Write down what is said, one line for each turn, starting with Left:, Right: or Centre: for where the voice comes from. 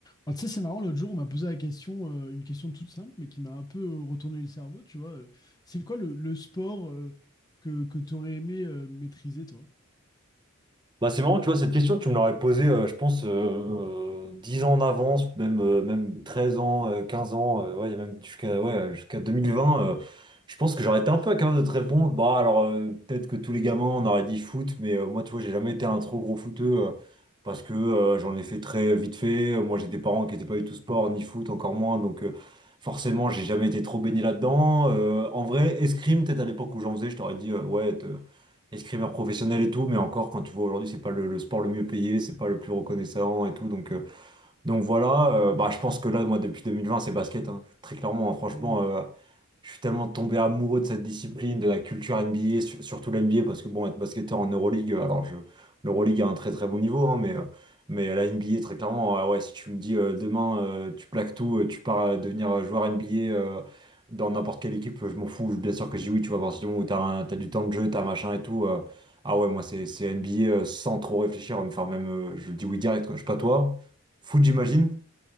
Left: Ah, tu sais, c'est marrant, l'autre jour, on m'a posé la question, euh, une question toute simple, mais qui m'a un peu euh, retourné le cerveau, tu vois. euh, c'est quoi le, le sport euh, que, que tu aurais aimé euh, maîtriser, toi?
Right: Bah, c'est marrant, tu vois, cette question, tu me l'aurais posée, euh, je pense, euh, euh, 10 ans en avance, même, euh, même 13 ans, euh, 15 ans, euh, ouais, il y a même jusqu'à ouais, jusqu'à 2020. euh, je pense que j'aurais été un peu capable de te répondre. Bah, alors, euh, peut-être que tous les gamins, on aurait dit foot, mais euh, moi, tu vois, j'ai jamais été un trop gros footeux euh, parce que euh, j'en ai fait très vite fait. Euh, Moi, j'ai des parents qui n'étaient pas du tout sport, ni foot, encore moins. Donc, euh, forcément, j'ai jamais été trop baigné là-dedans. Euh, en vrai, escrime, peut-être à l'époque où j'en faisais, je t'aurais dit, euh, ouais, escrimeur professionnel et tout, mais encore quand tu vois aujourd'hui, c'est pas le, le sport le mieux payé, c'est pas le plus reconnaissant et tout. Donc, euh, donc voilà, euh, bah, je pense que là, moi, depuis 2020, c'est basket, hein. Très clairement, hein, franchement,
Left: Hmm.
Right: euh, je suis tellement tombé amoureux de cette discipline, de la culture NBA, sur- surtout l'NBA, parce que bon, être basketteur en Euroleague, euh, alors je, l'Euroleague a un très très bon niveau, hein, mais, euh, mais à la NBA, très clairement, ah ouais, si tu me dis euh, demain, euh, tu plaques tout, euh, tu pars euh, devenir euh, joueur NBA euh, dans n'importe quelle équipe, euh, je m'en fous, bien sûr que je dis oui, tu vois, à partir du moment où t'as un- t'as du temps de jeu, t'as machin et tout, euh, ah ouais, moi c'est c'est NBA euh, sans trop réfléchir, enfin même, euh, je dis oui direct, quoi. je sais pas toi. Foot, j'imagine?